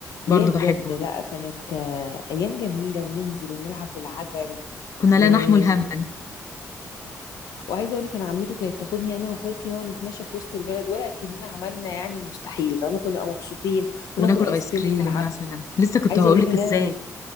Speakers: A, on the left; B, on the left.
A: يا
B: برضو
A: بجد
B: بحبه
A: لا كانت آه، ايام جميله وننزل ونلعب بالعجل
B: كنا
A: وخالص
B: لا نحمل هما
A: وعايزه اقول لك انا عمته كانت تاخدني انا واخواتي نقعد نتمشى في وسط البلد ولا كاننا عملنا يعني المستحيل فما كنا نبقى مبسوطين وناكل
B: وناكل
A: ايس
B: ايس
A: كريم
B: كريم
A: من العبد
B: مثلا لسه كنت
A: عايزه
B: هقولك
A: اقول لك ان
B: ازاي
A: أنا